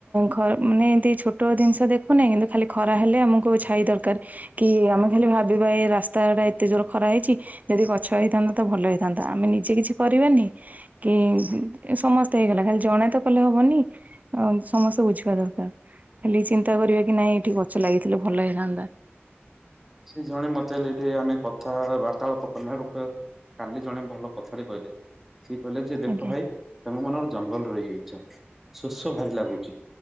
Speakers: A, on the right; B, in the centre.
A: ଘ ମାନେ ଏମିତି ଛୋଟ ଜିନିଷ ଦେଖୁନାହିଁ କିନ୍ତୁ ଖାଲି ଖରା ହେଲେ ଆମକୁ ଛାଇ ଦରକାର କି ଆମେ ଖାଲି ଭାବିବା ଏ ରାସ୍ତା ଟା ଏତେ ଜୋର ଖରା ହେଇଛି ଯଦି ଗଛ ହେଇଥାନ୍ତା ତ ଭଲ ହେଇଥାନ୍ତା ଆମେ ନିଜେ କିଛି କରିବେନି କି ସମସ୍ତେ ହେଇଗଲା ଖାଲି ଜଣେ ତ କଲେ ହବନି ହ ସମସ୍ତେ ବୁଝିବା ଦରକାର ଖାଲି ଚିନ୍ତା କରିବା କି ନାଇଁ ଏଠି ଗଛ ଲାଗିଥିଲେ ଭଲ ହେଇଥାନ୍ତା।
B: ସେ ଜଣେ ମତେ ହେଲେ ଏଇଠି ଆମେ କଥା ବାର୍ତ୍ତାଳାପ କଲା କ କାଲି ଜଣେ ଭଲ କଥାରେ କହିଲେ ସିଏ କହିଲେ ଯେ ଦେଖ
A: ଆଜ୍ଞା
B: ଭାଇ ତମେ ମନର ଜଙ୍ଗଲ ରହିଯାଇଛ ଶୋଷ ଭାରି ଲାଗୁଚି।